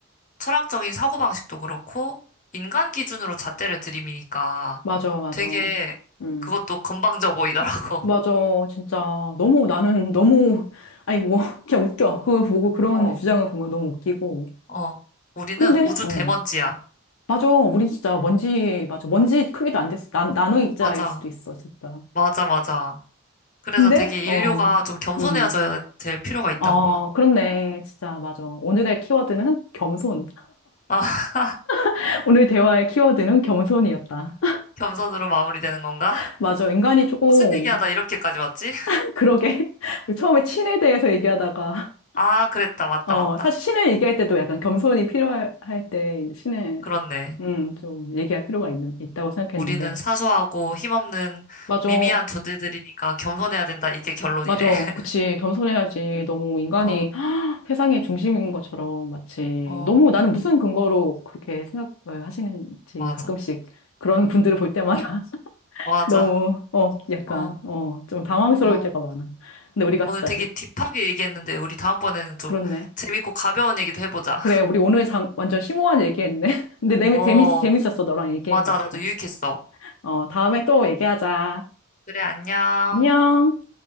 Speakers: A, on the left (about 35°); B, on the left (about 65°).
A: 철학적인 사고방식도 그렇고 인간 기준으로 잣대를 들이미니까
B: 맞아, 맞아.
A: 되게
B: 음.
A: 그것도 건방져 보이더라고.
B: 맞아. 진짜. 너무 나는 <laughs> 너무, 아니, 뭐, 그냥 웃겨. 그거 보고 그런
A: <laughs> 어,
B: 주장을 보면 너무 웃기고.
A: 어. 우리는
B: 근데,
A: 우주
B: 어.
A: 대먼지야.
B: 맞아. 우린 진짜 먼지, 맞아. 먼지 크기도 안 됐어. 나, 나노 입자일
A: 맞아.
B: 수도 있어, 진짜.
A: 맞아, 맞아. 그래서
B: 근데,
A: 되게
B: 어,
A: 인류가 좀 겸손해져야
B: 음,
A: 될 필요가 있다고
B: 어,
A: 봐.
B: 그렇네. 진짜, 맞아. 오늘의 키워드는 겸손.
A: 아, <laughs>
B: <laughs> 오늘 대화의 키워드는 겸손이었다.
A: 겸손으로 마무리되는 건가?
B: <laughs> 맞아. 인간이 조금,
A: 무슨 얘기하다 이렇게까지 왔지?
B: <laughs> 그러게. <laughs> 우리 처음에 신에 대해서 얘기하다가,
A: 아, 그랬다. 맞다,
B: 어,
A: 맞다.
B: 사실 신을 얘기할 때도 약간 겸손이 필요할 할 때, 이제 신을,
A: 그렇네.
B: 음, 좀 얘기할 필요가 있는, 있다고 생각했는데.
A: 우리는 사소하고 힘없는
B: 맞아.
A: 미미한 존재들이니까 겸손해야 된다. 이게 결론이네.
B: 맞아.
A: <laughs>
B: 그치. 겸손해야지. 너무 인간이
A: 어,
B: <gasps> 세상의 중심인 것처럼 마치
A: 어,
B: 너무 나는 무슨 근거로 그렇게 생각을 하시는지
A: 맞아.
B: 가끔씩 그런 분들을 볼 때마다 <laughs>
A: 맞아.
B: 너무, 어, 약간,
A: 어,
B: 어, 좀 당황스러울
A: 어.
B: 때가 많아. 근데 우리가
A: 오늘
B: 진짜,
A: 되게
B: 시-
A: 딥하게 얘기했는데, 우리 다음번에는 좀
B: 그렇네.
A: 재밌고 가벼운 얘기도 해보자.
B: 그래. 우리 오늘 장, 완전 심오한 얘기했네. <laughs> 근데
A: <laughs>
B: 재미,
A: 어,
B: 재미, 재밌었어. 너랑 얘기해가지고.
A: 맞아. 나도 유익했어.
B: 어, 다음에 또 얘기하자.
A: 그래, 안녕.
B: 안녕.